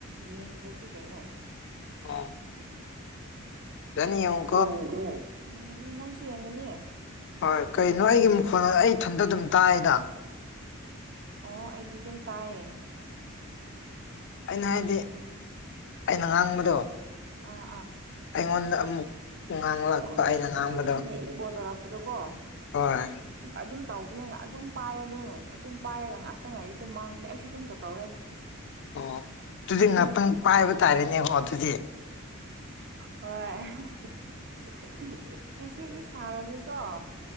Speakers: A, on the right; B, on the left.
A: ꯌꯦꯡꯗ꯭ꯔꯗꯤ ꯀꯩꯅꯣ
B: ꯑ ꯐꯖꯅ ꯌꯦꯡ
A: <unintelligible> ꯌꯦꯡꯒꯅꯤ ꯅꯪꯁꯨ ꯌꯦꯡꯒꯅꯤ
B: ꯍꯣꯏ ꯀꯩꯅꯣ ꯑꯩꯒꯤ ꯃꯈꯣꯟꯗꫭ ꯑꯩ ꯏꯊꯟꯗ ꯑꯗꯨꯝ ꯇꯥꯏꯗ
A: ꯑꯣ ꯑꯩꯗꯤ ꯑꯗꯨꯝ ꯇꯥꯏꯌꯦ
B: ꯑꯩꯅ ꯍꯥꯏꯗꯤ ꯑꯩꯅ ꯉꯥꯡꯕꯗꯨ
A: ꯑꯥ
B: ꯑꯩꯉꯣꯟꯗ ꯑꯃꯨꯛ ꯉꯥꯡꯂꯛꯄ
A: ꯑꯣ <unintelligible>
B: ꯑꯩꯅ ꯉꯥꯡꯕꯗꯣ
A: ꯍꯣꯏꯅꯦ ꯏꯀꯣ ꯇꯧꯔꯛꯄꯗꯣ ꯀꯣ
B: ꯍꯣꯏ
A: ꯑꯗꯨꯝ ꯇꯧꯕꯅꯦ ꯑꯗꯨꯝ ꯄꯥꯏꯌꯨ <unintelligible> ꯑꯗꯨꯝ ꯄꯥꯏꯔꯒ ꯉꯥꯛꯇꯪ ꯂꯩ ꯑꯗꯨꯝ ꯃꯥꯡꯕꯅꯦ ꯑꯩꯁꯨ ꯑꯗꯨꯝꯇ ꯇꯧꯋꯦ <inaudible>
B: ꯑꯣ ꯇꯨꯗꯤ
A: ꯑꯩ
B: ꯉꯥꯛꯇꯪ
A: ꯑꯗꯨꯝ
B: ꯄꯥꯏꯕ ꯇꯥꯔꯦꯅꯦꯀꯣ ꯑꯗꯨꯗꯤ
A: ꯍꯣꯏ <unintelligible> ꯉꯁꯤꯗꯤ ꯁꯥꯔꯝꯅꯤꯀꯣ